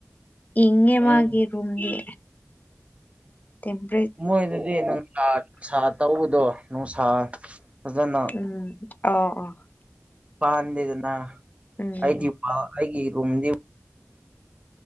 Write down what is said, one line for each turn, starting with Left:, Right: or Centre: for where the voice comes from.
Left: ꯢꯪꯉꯦ ꯃꯥꯒꯤ
Right: ꯎꯝ
Left: ꯔꯨꯝꯗꯤ ꯇ <inaudible>
Right: ꯃꯣꯏꯗꯗꯤ ꯅꯨꯡꯁꯥ ꯅꯨꯡꯁꯥ ꯇꯧꯕꯗꯣ ꯅꯨꯡꯁꯥ ꯐꯖꯅ
Left: ꯎꯝ ꯑꯣ ꯑꯣ
Right: ꯄꯥꯟꯗꯦꯗꯅ
Left: ꯎꯝ
Right: ꯑꯩꯗꯤ ꯑꯩꯒꯤ ꯔꯨꯝꯗꯤ